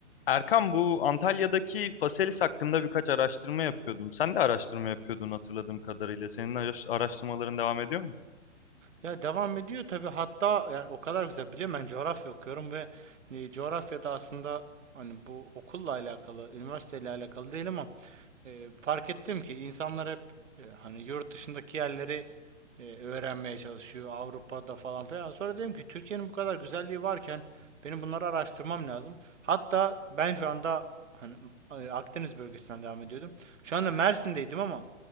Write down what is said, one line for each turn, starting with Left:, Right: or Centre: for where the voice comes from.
Left: Erkan bu Antalya'daki Faselis hakkında birkaç araştırma yapıyordum. Sen de araştırma yapıyordun hatırladığım kadarıyla. Senin araş- araştırmaların devam ediyor mu?
Right: Ya devam ediyor tabii hatta yani o kadar güzel biliyorum ben coğrafya okuyorum ve e, coğrafyada aslında hani bu okulla alakalı, üniversiteyle alakalı değil ama e, fark ettim ki insanlar hep e, hani yurt dışındaki yerleri e, öğrenmeye çalışıyor Avrupa'da falan filan. Sonra dedim ki Türkiye'nin bu kadar güzelliği varken benim bunları araştırmam lazım. Hatta ben şu anda hani e, Akdeniz bölgesinden devam ediyordum. Şu anda Mersin'deydim ama